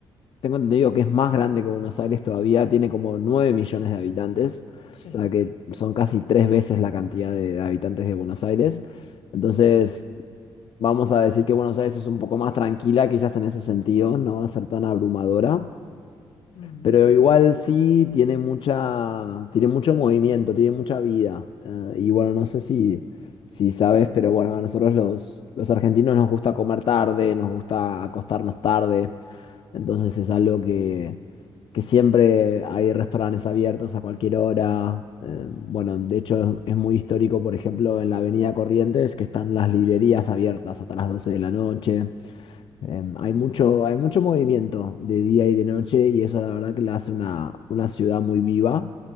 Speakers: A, on the left (about 60°); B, on the left (about 80°).
A: tengo entendido que es más grande que Buenos Aires todavía, tiene como 9 millones de habitantes,
B: Sí.
A: o sea que son casi tres veces la cantidad de habitantes de Buenos Aires. Entonces, vamos a decir que Buenos Aires es un poco más tranquila, quizás en ese sentido, no va a ser tan abrumadora.
B: Mm.
A: Pero igual sí tiene mucha, tiene mucho movimiento, tiene mucha vida. Eh, y bueno, no sé si, si sabes, pero bueno, a nosotros los, los argentinos nos gusta comer tarde, nos gusta acostarnos tarde. Entonces es algo que, que siempre hay restaurantes abiertos a cualquier hora. Eh, bueno, de hecho es, es muy histórico, por ejemplo, en la Avenida Corrientes, que están las librerías abiertas hasta las 12 de la noche. Em,
B: Oh,
A: hay mucho, hay mucho movimiento de día y de noche y eso la verdad que la hace una, una ciudad muy viva.